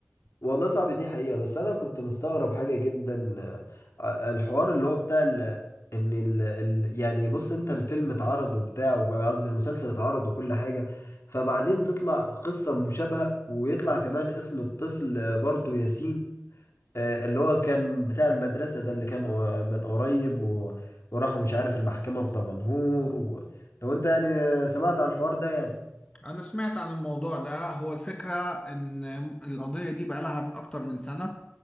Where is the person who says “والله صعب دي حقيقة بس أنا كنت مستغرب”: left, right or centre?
Left